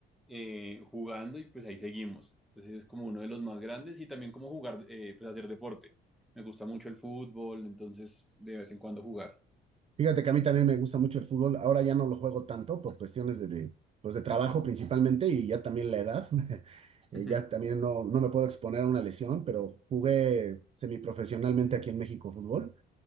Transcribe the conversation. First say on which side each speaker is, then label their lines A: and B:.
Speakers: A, in the centre; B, on the right.
A: eh, jugando y pues ahí seguimos. Entonces es como uno de los más grandes y también como jugar, eh, pues hacer deporte. Me gusta mucho el fútbol, entonces de vez en cuando jugar.
B: Fíjate que a mí también me gusta mucho el fútbol. Ahora ya no lo juego tanto por cuestiones de, de, pues de trabajo principalmente y ya también la edad. <laughs> Eh,
A: <laughs>
B: ya también no, no me puedo exponer a una lesión, pero jugué semiprofesionalmente aquí en México fútbol